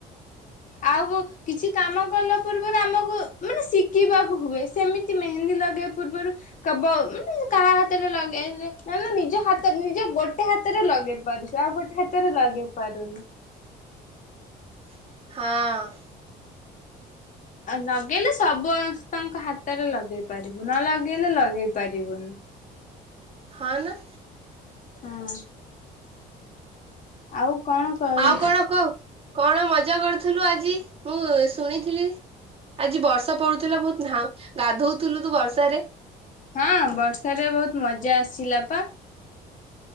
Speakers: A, on the left; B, on the right.
A: ଆଉ କିଛି କାମ କଲା ପୂର୍ବରୁ ଆମକୁ ମାନେ ଶିଖିବାକୁ ହୁଏ ସେମିତି ମେହେନ୍ଦୀ ଲଗେଇବା ପୂର୍ବରୁ ମାନେ କାହା ହାତରେ ଲଗେଇ ନେଲେ ନିଜ ହାତ ନିଜ ଗୋଟେ ହାତରେ ଲଗେଇ ପାରୁଛ ଆଉ ଗୋଟେ ହାତରେ ଲଗେଇ ପାରୁନୁ।
B: ହଁ।
A: ଲଗେଇଲେ ସମସ୍ତଙ୍କ ହାତରେ ଲଗେଇ ପାରିବୁ ନ ଲଗେଇଲେ ଲଗେଇ ପାରିବୁନି।
B: ହଁ ନା।
A: ହଁ। ଆଉ କଣ କହୁ
B: ଆଉ କଣ କହ କଣ ମଜା କରୁଥୁଲୁ ଆ ଆଜି ମୁଁ ଶୁଣିଥିଲି। ଆଜି ବର୍ଷ ପଡୁଥିଲା ବହୁତ ଧା ଗାଧଉଥିଲୁ ତୁ ବର୍ଷାରେ।
A: ହଁ ବର୍ଷରେ ବହୁତ ମଜା ଆସିିଲା ପା।